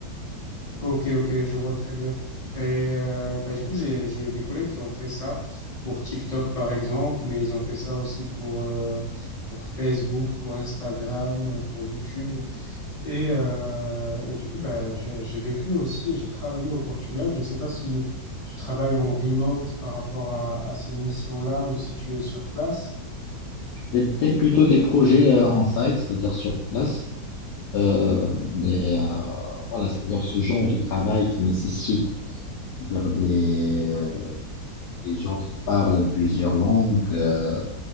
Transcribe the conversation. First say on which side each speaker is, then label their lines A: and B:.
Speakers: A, in the centre; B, on the left.
A: Ok, ok, je vois très bien. Et euh, bah, du coup, j'ai, j'ai des collègues qui ont fait ça pour TikTok, par exemple, mais ils ont fait ça aussi pour, euh, pour Facebook, pour Instagram, pour YouTube. Et, euh, et du coup, bah, j'ai, j'ai vécu aussi, et j'ai travaillé au Portugal. Je ne sais pas si tu travailles en remote par rapport à, à ces missions-là ou si tu es sur place.
B: C'était plutôt des projets euh, en site, c'est-à-dire sur place. Euh, mais euh, voilà, c'est-à-dire ce genre de travail qui nécessite c'est-à-dire des, euh, des gens qui parlent plusieurs langues, euh,